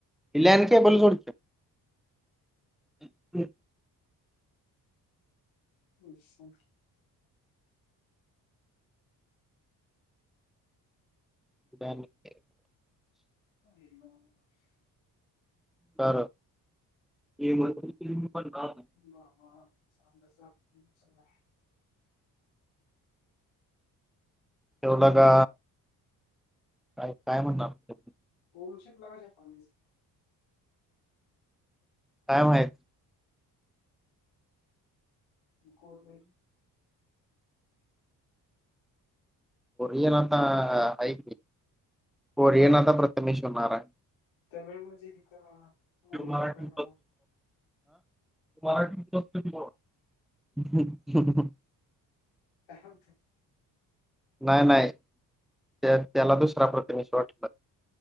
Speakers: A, in the centre; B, on the left.
A: पिल्या आणि केबल जोड की
B: अच्छा
A: <inaudible>
B: <inaudible>
A: <inaudible>
B: <unintelligible>
A: तेवढ का काय काय म्हणणार
B: गलशिप लागवायच्या पस
A: काय माही
B: गड
A: ये नाताऐक येणाता प्रतमेणारार
B: तमिळ मधी <unintelligible>
A: मराठी मराठीत बघतो की मग
B: काम <unintelligible>
A: नाही नाही त्या त्याला दुसरा प्रतमेश वाटलं